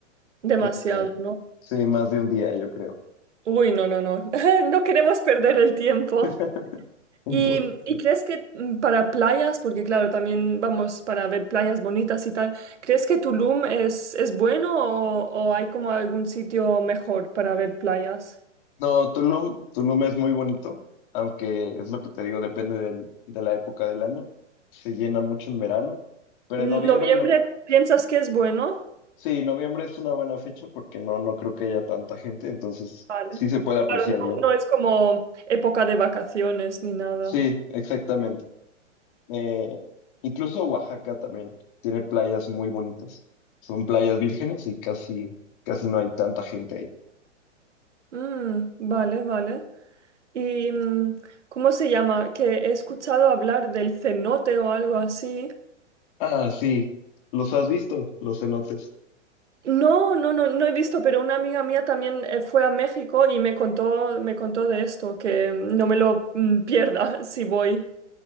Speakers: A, on the right (about 70°); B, on the left (about 45°).
A: Demasiado,
B: no sé,
A: ¿no?
B: sí, más de un día, yo creo.
A: Uy, no, no, no. <laughs> No queremos perder el tiempo.
B: <laughs> Entonces,
A: ¿Y, y crees que mm, para playas, porque claro, también vamos para ver playas bonitas y tal, ¿crees que Tulum es, es bueno o, o hay como algún sitio mejor para ver playas?
B: no, Tulum, Tulum es muy bonito, aunque es lo que te digo, depende del- de la época del año. Se llena mucho en verano, pero
A: N-
B: en noviembre
A: ¿Noviembre
B: no
A: piensas que es bueno?
B: Sí, noviembre es una buena fecha porque no, no creo que haya tanta gente, entonces
A: Vale.
B: sí se puede apreciar
A: Claro, no,
B: bien.
A: no es como época de vacaciones ni nada.
B: Sí, exactamente. Eh, incluso Oaxaca también tiene playas muy bonitas. Son playas vírgenes y casi, casi no hay tanta gente ahí.
A: Mm, vale, vale. ¿Y mm, cómo se llama? Que he escuchado hablar del cenote o algo así.
B: Ah, sí, los has visto, los cenotes. <laughs>
A: No, no, no, no he visto, pero una amiga mía también eh, fue a México y me contó, me contó de esto, que mm, no me lo mm, pierda <laughs> si voy.